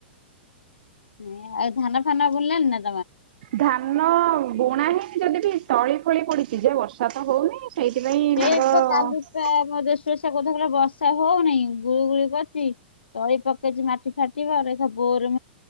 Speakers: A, on the left (about 70°); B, on the right (about 55°).
A: <unintelligible> ଆଉ ଧାନ ଫାନ ବୁଣି ନାଁ।
B: ଧାନ ବୁଣା ହିଁ ଯଦି ବି ତଳି ଫଳି ପଡିଛି ଯେ ବର୍ଷା ତ ହଉନି। ସେଇଥିପାଇଁ
A: ସେ
B: <unintelligible>
A: ତ କାଲି ପା <unintelligible> ବର୍ଷା ହଉନି ଗୁଲୁ ଗୁଳି କରିଛି ତଳି ପକେଇଚି ମାଟି ଫାଟିବ <unintelligible> <unintelligible> ଗୋଟେ